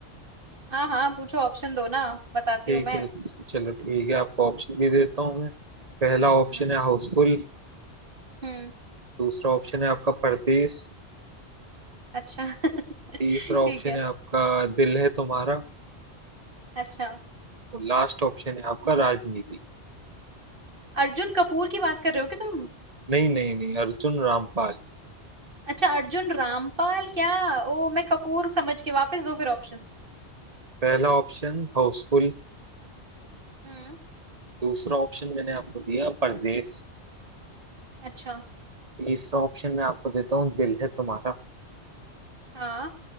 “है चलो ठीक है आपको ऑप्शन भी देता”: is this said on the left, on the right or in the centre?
Right